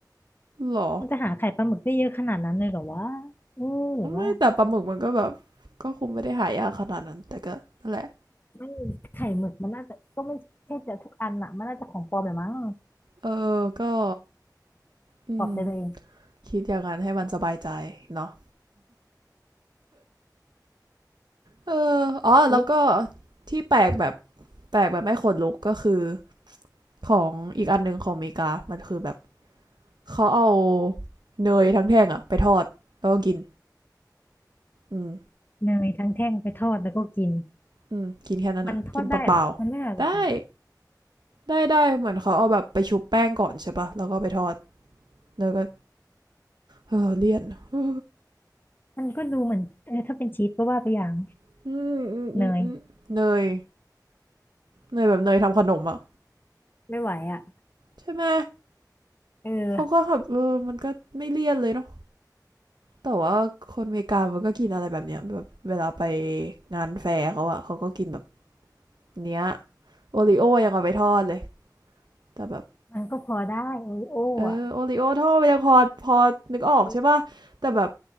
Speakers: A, on the right (about 75°); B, on the left (about 30°).
A: หรอ
B: มันจะหาไข่ปลาหมึกได้เยอะขนาดนั้นเลยเหรอวะเออหรือว่า
A: ไม่แต่ปลาหมึกมันก็แบบก็คงไม่ได้หายากขนาดนั้นแต่ก็นั่นแหละ
B: ไม่ไข่หมึกมันน่าจะก็ไม่ใช่จะทุกอันอะมันน่าจะของปลอมแหละมั้ง
A: เออก็อืม
B: ปลอบใจตัวเอง
A: คิดอย่างนั้นให้มันสบายใจเนาะเอออ๋อแล้วก็
B: ซุด
A: ที่แปลกแบบแปลกแบบไม่ขนลุกก็คือของอีกอันหนึงของอเมริกามันคือแบบเขาเอาเนยทั้งแท่งอะไปทอดแล้วก็กินอืม
B: เนยทั้งแท่งไปทอดแล้วก็กิน
A: อืมกินแค่นั้นอะกินเปล่า
B: มันทอดได้เหรอมันไม่อะไร
A: ๆได้ได้ได้เหมือนเขาเอาแบบไปชุบแป้งก่อนใช่ปะแล้วก็ไปทอดแล้วก็เออเลี่ยนอื
B: มันก็ดูเหมือนเออถ้าเป็นชีสก็ว่าไปอย่าง
A: มอืมอืมอืมเนย
B: เนย
A: เนยแบบเนยทำขนมอะ
B: ไม่ไหวอ่ะ
A: ใช่ไหม
B: เออ
A: เขาก็แบบเออมันก็ไม่เลี่ยนเลยเนาะ แต่ว่าคนอเมริกามันก็กินอะไรแบบเนี้ยแบบเวลาไปงานแฟร์เขาอะเขาก็กินแบบเนี้ยโอริโอยังเอาไปทอดเลยแต่แบบ
B: มันก็พอได้โอริโออ่ะ
A: เออโอริโอทอดไปยังพอพอนึกออกใช่ป่ะแต่แบบ
B: เออ